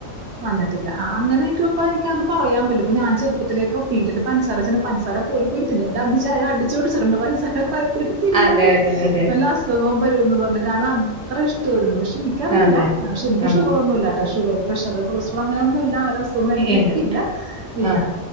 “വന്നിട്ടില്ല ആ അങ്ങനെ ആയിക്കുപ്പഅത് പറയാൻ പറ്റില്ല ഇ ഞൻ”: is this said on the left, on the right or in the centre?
Right